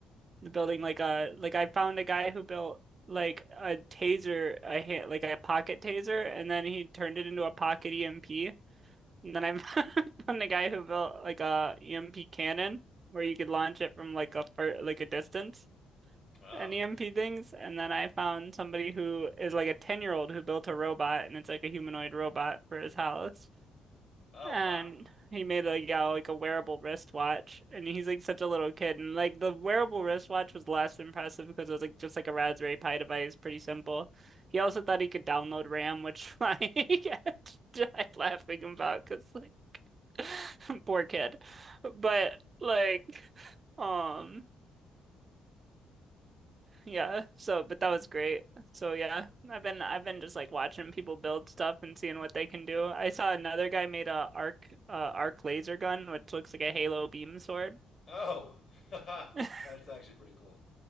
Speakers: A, on the right; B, on the left.
A: building like a like I found a guy who built like a taser, a hand, like a pocket taser and then he turned it into a pocket EMP. And then I've <laughs> found a guy who built like a EMP cannon where you could launch it from like a far, like a distance
B: Oh.
A: and EMP things. And then I found somebody who is like a 10 year old who built a robot and it's like a humanoid robot for his house.
B: Oh
A: And
B: wow.
A: he made like yeah, like a wearable wristwatch, and he's like such a little kid, and like the wearable wristwatch was less impressive because it was like just like a Raspberry Pi device, pretty simple. He also thought he could download RAM, which <laughs> like I died laughing about because like <laughs> poor kid, but like um. Yeah. So, but that was great. So yeah, I've been I've been just like watching people build stuff and seeing what they can do. I saw another guy made a arc uh arc laser gun, which looks like a Halo beam sword.
B: Oh. <laughs> That's
A: <laughs>
B: actually pretty cool.